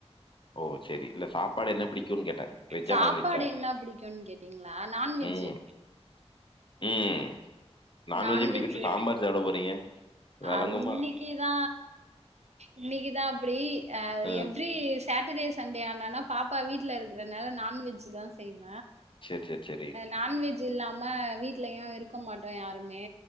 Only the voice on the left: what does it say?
ஓ செரி இல்ல சாப்பாடு என்ன பிடிக்கும்ன்னு கேட்ட வெஜ்ஜா
நான் வெஜ்ஜா
ம் ம் நான்
வெஜ் புடிக்குன்ட்டு சாம்பார் சாப்ட போறீங்க விளங்குமா?
அ.
சேர் சேர் சேரி